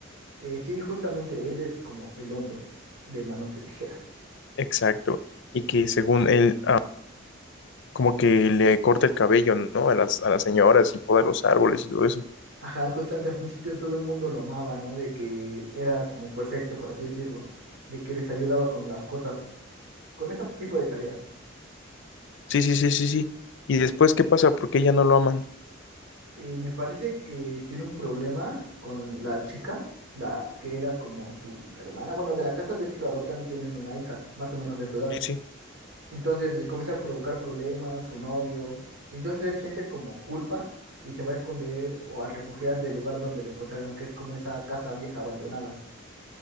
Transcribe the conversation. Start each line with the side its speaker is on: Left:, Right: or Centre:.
Right: Eh, sí, justamente, él es como el hombre de Manos de Tijeras.
Left: Exacto. Y que según él, ah, como que le corta el cabello, ¿no? A las, a las señoras y poda los árboles y todo eso.
Right: Ajá, justamente al principio todo el mundo lo amaba, ¿no? De que era como perfecto, por así decirlo, de que les ayudaba con las cosas, con esos tipos de tareas.
Left: Sí, sí, sí, sí, sí. Y después, ¿qué pasa? ¿Por qué ya no lo aman?
Right: Eh, me parece que tiene un problema con la chica, la que era como su hermana. Bueno, de la casa ves que lo adoptan, tienen una hija, más o menos de su edad.
Left: Sí, sí,
Right: Entonces eh, comienza a provocar problemas, su novio, y entonces él siente como culpa y se va a esconder o a refugiar del lugar donde lo encontraron, que es como esa casa vieja abandonada.